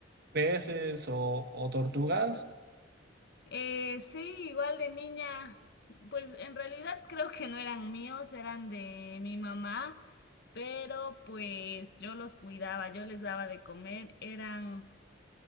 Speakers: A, on the right; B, on the left.
A: peces o, o tortugas?
B: Eh, sí, igual de niña, pues en realidad creo que no eran míos, eran de mi mamá, pero pues yo los cuidaba, yo les daba de comer, eran